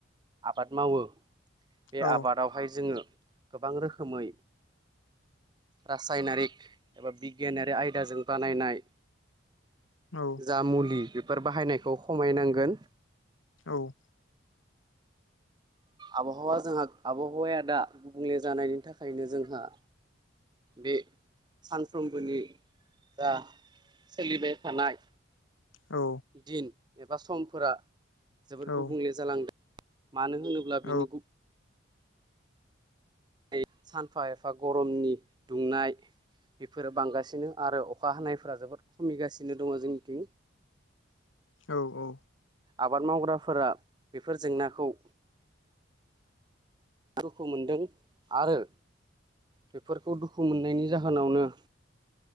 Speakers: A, on the right; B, on the left.
A: आबाद मावो बे
B: औ
A: आबादावहाय जोङो गोबां रोखोमै रासायनारिक एबा बिगियानारि आयदाजों बानायनाय
B: औ
A: जा मुलि बेफोर बाहायनायखौ खमायनांगोन।
B: औ
A: आबहावा जोंहा आबहावाया दा गुबुंले जानायनि थाखायनो जोंहा बे सानफ्रोमबोनि जा सोलिबाय थानाय
B: औ
A: दिन एबा समफोरा जोबोद
B: औ
A: गुबुंले जालांदों मानो होनोब्ला
B: औ
A: बिनि गु <inaudible> सानफा एफा गरमनि दुंनाय बेफोरो बांगासिनो आरो अखा हानायफोरा जोबोद खमिगासिनो दङ जोंनिथिं।
B: औ औ
A: आबाद मावग्राफोरा बेफोर जेंनाखौ दुखु मोनदों आरो बेफोरखौ दुखु मोननायनि जाहोनावनो